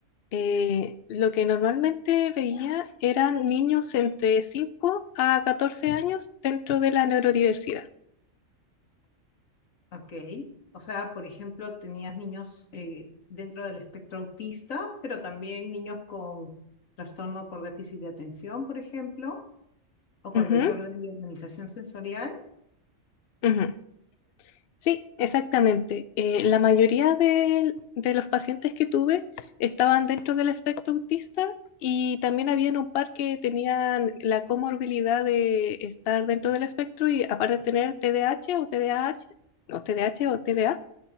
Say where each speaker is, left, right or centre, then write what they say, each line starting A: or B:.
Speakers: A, on the left (about 60°); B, on the left (about 85°).
A: eh, lo que normalmente veía eran niños entre cinco a catorce años dentro de la neurodiversidad.
B: Ok. O sea, por ejemplo, tenías niños eh, dentro del espectro autista, pero también niños con trastorno por déficit de atención, por ejemplo, o con
A: Ujú,
B: desorden de organización sensorial.
A: ujú. Sí, exactamente. Eh, la mayoría del- de, los pacientes que tuve estaban dentro del espectro autista y también habían un par que tenían la comorbilidad de estar dentro del espectro y aparte de tener TDAH o TDAH o TDAH o TDA.